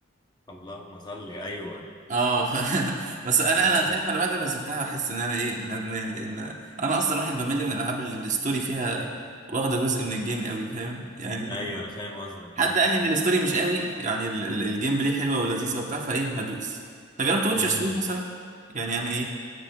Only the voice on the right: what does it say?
اه <laughs> ف... بس انا
انا شايف انا بعد ما نزلتها بحس ان انا ايه ندمان لان انا اصلا واحد بمل من الالعاب اللي الستوري فيها واخده جزء من الجيم قوي فاهم يعني
حد
قال
لي ان الستوري مش قوي يعني ال- ال- الجيم بلاي حلوه ولذيذه وبتاع فايه هدوس انت جربت ويتشر
3 مثلا يعني انا ايه